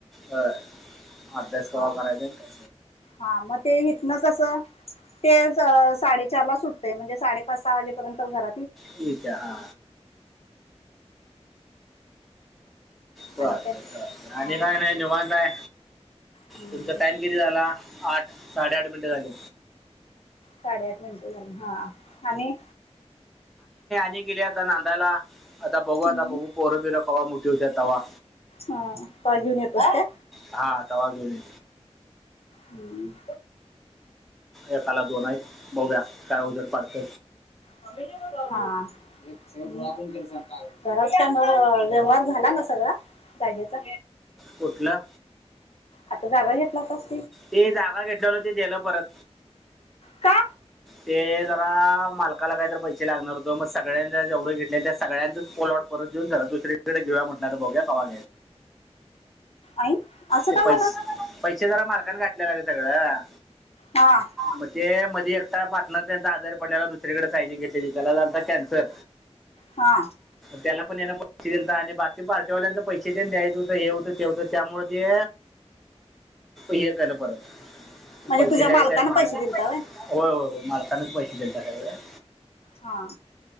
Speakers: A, in the centre; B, on the left.
A: हो अभ्यास कवा
B: हा
A: करायचा त्या
B: हा मग ते हथन कसं ते साडेचारला सुटतंय म्हणजे साडेपाच सहा वाजेपर्यंत घर
A: ठी का हा च
B: आणि काय हा
A: आणि काय नाही निवतय
B: हम्म
A: तुमचा टाइम किती झाला आठ साडेआठ मिनिटे झाले.
B: साडेआठ मिनिटे झाली हा आणि.
A: गेली आता नांदायला आता बघू आता
B: हम्म
A: बघू पोर बिर कवा मोठीे होते्या तवा.
B: हा पा घेऊन येतोस काय.
A: ह त्याला घेवून येईन.
B: हम्.
A: एकाला दोन आहेत बघ्या काय उजेड पाडत.
B: <unintelligible> खराच का न व्यवहार झाला ना सगळा जागेचा.
A: कुठलं.
B: आता जागा घेतला कस.
A: ते जागा घेतल्याल ते गलं परत.
B: का
A: ते जरा मालकाला काहीत पैसे लागणार होत मग सगळ्यां जेवढं घे. नाही त्या सगळ्यांचंच पलॉट परत देऊन सला दुसरीकडे घेऊया म्हटलं तर बघया कवा.
B: आई असं
A: ते
B: का
A: पैस,
B: म्हणा
A: पैसे जरा मालकने घाठ. दयायला लागल सगळं
B: हा
A: म ते मधी. त्या पार्टनर त्यांचा आजार पडला दुसरीकडे सायजिंग घेतलेली त्याला झालता कॅन्सर.
B: हा.
A: त्याला पण याना पैसे द आणि बाकी पार्टेवाल्यांच पैसे दे द्यायच होतं हे होतं तेवतं. त्यामुळे ते हे केलं परत.
B: म्हणजे
A: पैसे
B: तुझ्या
A: द्यायचे
B: मालकानं
A: आहेत मला
B: पैसे दिलता व्हय
A: होय होय होय मालकनाच पैसे द्यायेत.
B: हा.